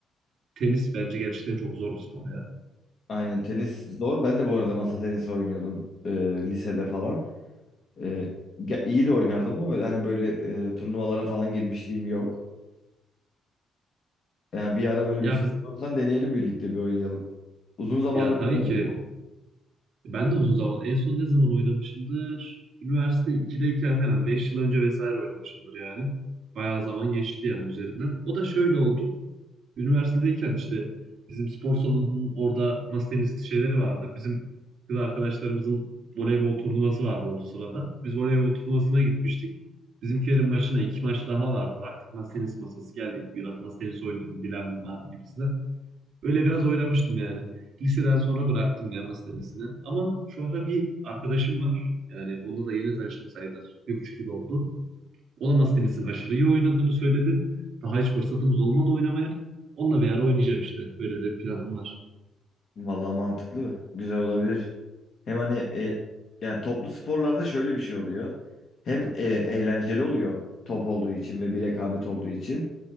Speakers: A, on the right; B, on the left.
A: Tenis bence gerçekten çok zor bir spor ya.
B: Aynen tenis zor. Ben de bu arada masa tenisi oynuyordum e, lisede falan. E, ge- iyi de oynardım ama hani böyle e, turnuvalara falan girmişliğim yok. Yani bir ara böyle
A: Ya
B: müsait
A: biz
B: olursan deneyelim birlikte bir oynayalım. Uzun zamandır
A: ya tabii
B: oynamıyorum.
A: ki Ben de uzun zaman. En son ne zaman oynamışımdır? Üniversite 2'deyken falan. beş yıl önce vesaire oynamışımdır yani. Bayağı zaman geçti yani üzerinden. O da şöyle oldu. Üniversitedeyken işte bizim spor salonunun orada masa tenisi şeyleri vardı. Bizim kız arkadaşlarımızın voleybol turnuvası vardı o sırada. Biz voleybol turnuvasına gitmiştik. Bizimkilerin başına iki maç daha vardı. Baktık masa tenisi masası geldik. Biraz masa tenisi oynayalım. Bilen var mı gibisinden. Öyle biraz oynamıştım yani. Liseden sonra bıraktım ya masa tenisini. Ama şu ara bir arkadaşım var. Yani onunla da yeni tanıştım sayılır. Bir buçuk yıl oldu. O da masa tenisini aşırı iyi oynadığını söyledi. Daha hiç fırsatımız olmadı oynamaya. Onunla bir ara oynayacağım işte. Öyle de planım var.
B: Vallahi mantıklı. Güzel olabilir. Hem hani e- yani toplu sporlarda şöyle bir şey oluyor. Hem e, eğlenceli oluyor top olduğu için ve bir rekabet olduğu için.